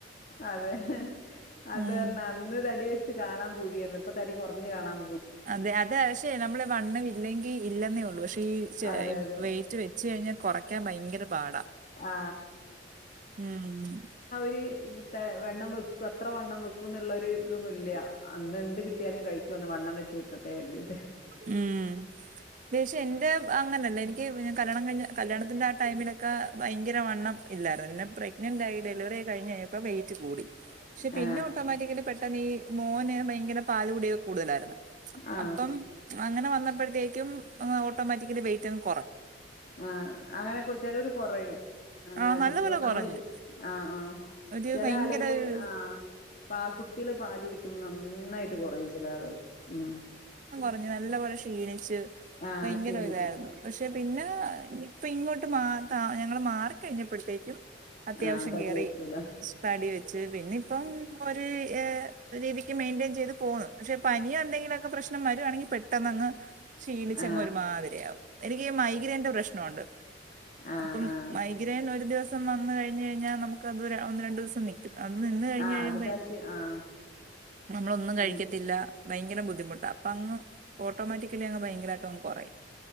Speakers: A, on the left (about 45°); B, on the right (about 45°).
A: അതെ. അത്
B: ഉം
A: പറഞ്ഞ് അന്ന് ത തടി വെച്ച് കാണാൻ പൂതിയായിരുന്നു. ഇപ്പ തടി കൊറഞ്ഞ് കാണാം
B: അതെ അതെക്ഷെ നമ്മള് വണ്ണം ഇല്ലെങ്കി ഇല്ലെന്നേ ഉള്ളൂ പക്ഷേ ഈ ക്ഷെ
A: അതെ അതെ
B: വെയിറ്റ് വെച്ച് കഴിഞ്ഞാ കൊറക്കാൻ ഭയങ്കര ബാടാ
A: ആ
B: ഇം
A: ര് തെ വണ്ണം വെക്കു അത്ര വണ്ണം വെക്കും എന്നുളളവര് ഇതൊന്നും ഇല്ല അന്ന് എന്ത് കിട്ടിയാലും കഴിക്കുവന്ന് വണ്ണം വെച്ച് കിട്ട ട്ടൊറീട്ടെ
B: ഉം ദേഷ്യം എന്റെ- അങ്ങന അല്ല എനിക്ക് കല്യാണം കഴിഞ്ഞ് കല്യാണത്തിൻ്റെ ആ ടൈമിലൊക്കെ ഭയങ്കര വണ്ണം ഇല്ലായിരുന്ന് പിന്നെ പ്രഗ്നൻ്റ് ആയി ഡെലിവറിയൊകഴിഞ്ഞ് ഇപ്പോ വെയിറ്റ് കൂടി പക്ഷെ പിന്നെ
A: ആ
B: ഓട്ടോമാറ്റിക്ക്ന് പെട്ട് തന്നീ മോന് ഭയങ്കര പാലുകുടി കൂടുതലായിരുന്ന്
A: ആ
B: അപ്പം അങ്ങനെ വന്നപ്പോഴത്തേക്കും അങ്ങ് ഓട്ടോമാറ്റിക്കലി വെയിറ്റങ്ങ്-
A: ആ അങ്ങനെ ചെലവര് കൊറയും അങ്ങനെ
B: ആ നല്ല
A: കുട്ടികള്
B: പോലെ
A: നമ്മള്
B: കുറഞ്ഞു
A: ആ ആ
B: ഒരു
A: ചെല
B: ഭയങ്കര
A: ആളുകള് ആ പാ കുട്ടികള് പാലു കുടിക്കുമ്പോ നന്നായിട്ട് കൊറയും ചെല ആളുകള് ഉം
B: കുഞ്ഞ് നല്ല പോലെ ക്ഷീണിച്ച്
A: ആ
B: ഭയങ്കര
A: ക്ഷീണിക്കും
B: ഒര്തായിരുന്നു പക്ഷെ പിന്നെ ഇപ്പ ഇങ്ങോട്ട് മാ താ ഞങ്ങള് മാറിക്കഴിഞ്ഞപ്പോഴത്തേക്കും അത്യാവശ്യം
A: ആ തടി
B: കേറി
A: വെച്ചല്ലേ
B: തടിവെച്ച് പിന്നെ ഇപ്പ് ഇപ്പം ഒരു ഏ രീതി ക്ക് മെയ്ൻ്റെയിൻ ചെയ്ത് പോന്ന് പക്ഷെ പനിയോ എന്തെങ്കിലൊക്കെ പ്രശ്നം വരുവാണെങ്കി- പെട്ടെന്ന് അങ്ങ് ക്ഷീണിച്ച്
A: ആ
B: അങ്ങ് ഒരു മാതിരിയാവും എനിക്ക് ഈ മൈഗ്രയിന്റെ പ്രശ്നുണ്ട്
A: ആഹ്
B: അപ്പം
A: ആഹ്
B: മൈഗ്രൈൻ ഒരു ദിവസ ദിവസം വന്ന് കഴിഞ്ഞുകഴിഞ്ഞാൽ നമുക്കത് ഒന്ന് രണ്ട് ദിവസം നി - അത് നിന്ന് കഴിഞ്ഞുകഴിയുമ്പോ
A: ആഹ് അതിന്റെ അശി ആഹ്
B: നമ്മളൊന്നും കഴിക്കത്തില്ല
A: എനിക്ക്
B: ഭയങ്കര ബുദ്ധിമുട്ടാ അപ്പൊ അങ്ങ്- ഓട്ടോമാറ്റിക്കലി അങ്ങ് ഭയങ്കരമായിട്ട് അങ്ങ് കുറയും